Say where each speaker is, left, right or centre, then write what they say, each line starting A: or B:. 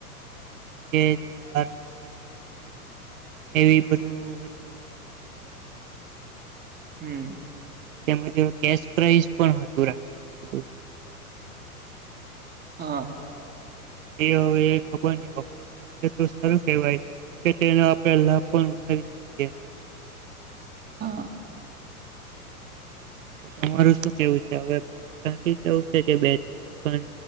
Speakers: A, on the right; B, on the right.
A: <unintelligible> એવી બધું હતું <inaudible>
B: હમ.
A: તેમજ કેશ પ્રાઈસ પણ હતું રા <inaudible>
B: હ.
A: એ હવે ખબર ની વ તો સારું કેવાય કે તેના પેલા પણ ઉઠાવી શકીએ
B: હા
A: તમારું શું કેવું છે? હવે ફોન તાથી જ લેવુ છે, કે બે તણ દુકાન